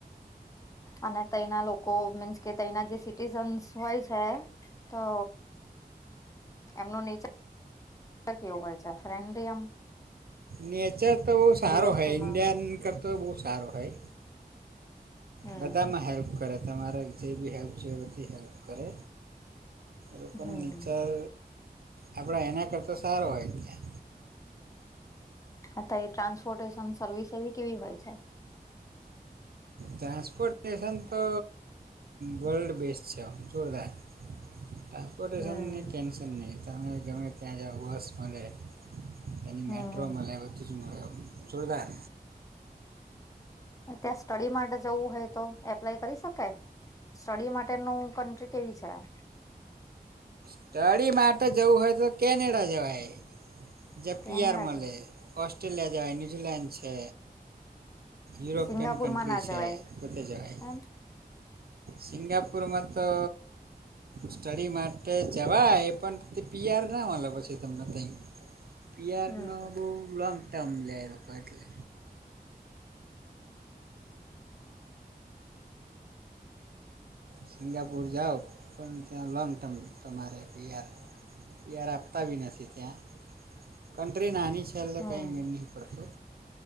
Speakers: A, on the left (about 20°); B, on the right (about 70°).
A: અને તયના લોકો મીન્સ કે, તયના જે સિટીઝન્સ હોય છે તો. એમનો નેચર કેવું હોય છે, ફ્રેન્ડલી આ
B: નેચર તો બઉ સારો
A: વસ્તુમાં
B: હોય, ઇન્ડિયાન કરતો બઉ સારો હોય.
A: હમ
B: બધામાં હેલ્પ કરે, તમારે જે બી હેલ્પ છે, એ બધી હેલ્પ કરે. લોકોનો
A: હમ
B: નેચર આપડા એના કરતા સારો હોય ત્યાં.
A: અ ત એ ટ્રાન્સપોર્ટેશન સર્વિસ એવી કેવી હોય છે?
B: ટ્રાન્સપોર્ટેશન તો વર્લ્ડ બેસ્ટ છે, જોરદાર. ટ્રાન્સપોર્ટેશનની
A: હમ
B: ટેન્શન ની તમે ગમે ત્યાં જાઓ, બસ મલે. એની
A: હમ
B: મેટ્રો મલે, વચ જોરદાર.
A: ત્યાં સ્ટડી માટે જવું હોય તો, એપ્લાય કરી શકાય? સ્ટડી માટેનું કન્ટ્રી કેવી છે આ?
B: ટડી માટે જવું હોય, તો કેનેડા જવાય, જે
A: કેનેડા
B: પીઆર મલેે.
A: છે
B: ઓસ્ટ્રેલિયા જવાય, ન્યૂઝીલેન્ડ છે. યુરોપયન
A: સિંગાપુરમાં
B: કન્ટન્ટ્રી
A: ના જવાય
B: છે બધે જવાય
A: એમ
B: સિંગાપુરમાં તો સ્ટડી માટે કે જવાય પણ તે પીઆર ના મલે પછી તમને તઇ પીઆરનો
A: હમ
B: બઉ લોંગ ટર્મ લે લોકો એટલે સિંગાપુર જાઓ પણ ત્યાં લોંગ ટર્મ માં તમારે પીઆર પીઆર આપતા બિ નથી ત્યાં કન્ટ્રી નાની છે. એટલે
A: હમ
B: કઈ મેળ નઈ પડતો